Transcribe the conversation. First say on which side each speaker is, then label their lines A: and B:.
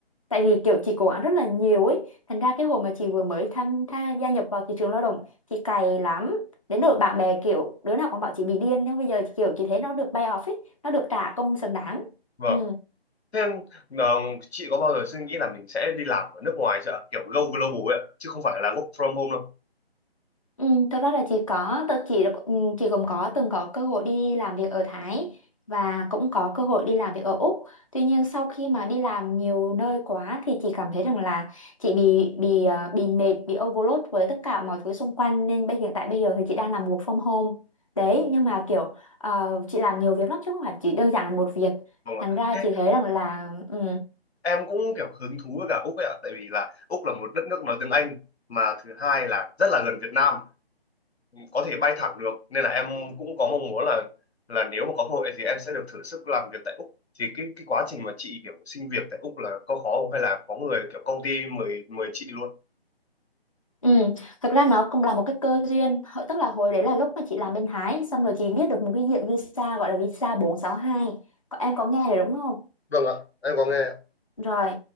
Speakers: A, on the left; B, on the left.
A: Tại vì kiểu chị cố gắng rất là nhiều ấy, thành ra cái hồi mà chị vừa mới tham, tha gia nhập vào thị trường lao động, chị cày lắm. Đến nỗi bạn bè kiểu đứa nào cũng bảo chị bị điên nhưng bây giờ kiểu chị thấy nó được pay off ấy, nó được trả công xứng đáng.
B: vâng
A: Ừ.
B: thế em, ờ, chị có bao giờ suy nghĩ là mình sẽ đi làm ở nước ngoài chưa ạ? kiểu go global ấy ạ, chứ không phải là work from home đâu
A: Ừ, thật ra là chị có tự chị là ừ, chị cũng có từng có cơ hội đi làm việc ở Thái và cũng có cơ hội đi làm việc ở Úc. Tuy nhiên sau khi mà đi làm nhiều nơi quá thì chị cảm thấy rằng là chị bị bị ờ, bị mệt, bị overload với tất cả mọi thứ xung quanh nên bây hiện tại bây giờ thì chị đang làm work from home. Đấy, nhưng mà kiểu ờ, chị làm nhiều việc lắm chứ không phải chỉ đơn giản là một việc.
B: vâng
A: Thành
B: ạ
A: ra
B: thế
A: chị thấy rằng là ừ,
B: em cũng kiểu hứng thú với cả Úc ấy ạ tại vì là Úc là một đất nước nói tiếng Anh mà thứ hai là rất là gần Việt Nam có thể bay thẳng được nên là em cũng có mong muốn là là nếu mà có cơ hội thì em sẽ được thử sức làm việc tại Úc thì cái cái quá trình mà chị kiểu xin việc tại Úc là có khó không hay là có người kiểu công ty mời mời chị luôn
A: Ừ, thật ra nó cũng là một cái cơ duyên Hồi- tức là hồi đấy là lúc mà chị làm bên Thái xong rồi chị biết được một cái diện visa gọi là visa 462 có em có nghe rồi đúng không
B: Vâng ạ, em có nghe ạ.
A: rồi,